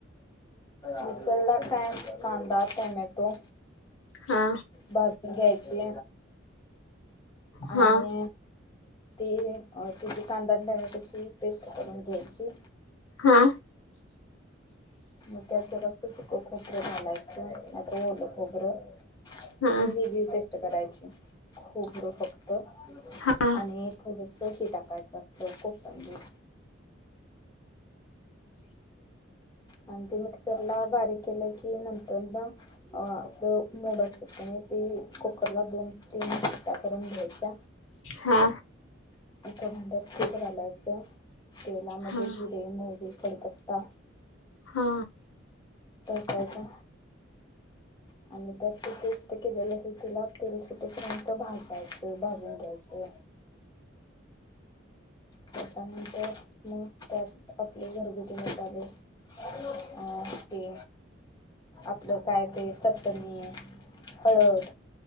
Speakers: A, on the left (about 20°); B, on the left (about 85°).
A: मिसळला काय कांदा, टमॅटो
B: हा
A: भाजून घ्यायची आणि
B: हा
A: ती अ त्याची कांदान, टमॅटोची पेस्ट करून घ्यायची.
B: हा.
A: मग त्याच्यात अस सुक खोबरं घालायचं नायतर ओल खोबरं.
B: हा
A: ती वेगळी पेस्ट करायची खोबर फक्त
B: हा
A: आणि थोडस ही टाकायचं आपलं कोथंबीर. आणि ते मिक्सरला बारीक केलं की नंतर न अ -आपलं मोड असत त्याने ते कुकरला दोन तीन शिट्ट्या करून घ्यायच्या.
B: हा.
A: कप डप तेच घालायचं तेलामध्ये
B: हा
A: जिर मोहरी, कडीपत्ता
B: हा.
A: टाकायचा आणि त्यात ती पेस्ट केलेली आहे तिला तेल सुटीपर्यंत भाजायचं भाजून घ्यायचं. त्याच्यानंतर मग त्यात आपले घरगुत मसाले. ह. ते. आपलं काय ते चटणी हळद